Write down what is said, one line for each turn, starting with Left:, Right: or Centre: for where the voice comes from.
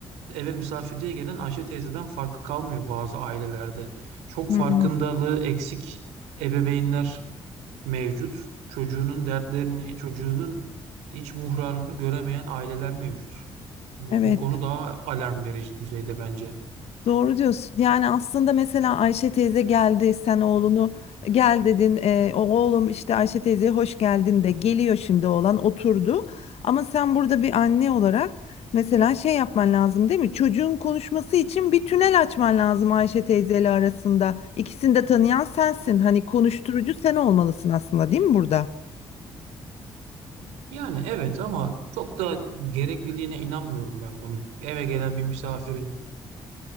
Right: eve misafirliğe gelen Ayşe teyzeden farkı kalmıyor bazı ailelerde. Çok
Left: Hmm,
Right: farkındalığı eksik ebeveynler mevcut. Çocuğunun dertlerini, çocuğunun iç buhranını göremeyen aileler mevcut. Bu,
Left: evet.
Right: bu konu daha alarm verici düzeyde bence.
Left: Doğru diyorsun. Yani aslında mesela Ayşe teyze geldi, sen oğlunu gel dedin. e, o oğlum işte Ayşe teyzeye hoş geldin de geliyor şimdi oğlan oturdu. Ama sen burada bir anne olarak mesela şey yapman lazım değil mi? Çocuğun konuşması için bir tünel açman lazım Ayşe teyzeyle arasında. İkisini de tanıyan sensin. Hani konuşturucu sen olmalısın aslında değil mi burada?
Right: Yani evet ama çok da gerekliliğine inanmıyorum ben bunun. Eve gelen bir misafirin